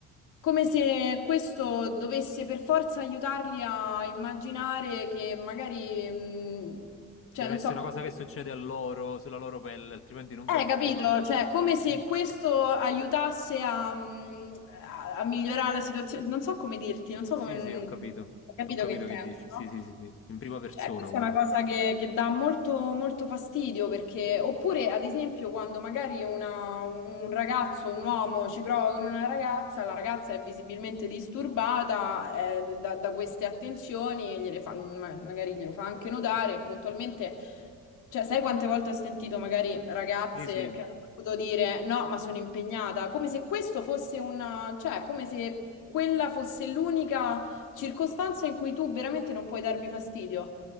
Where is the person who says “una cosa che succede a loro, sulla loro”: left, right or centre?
Left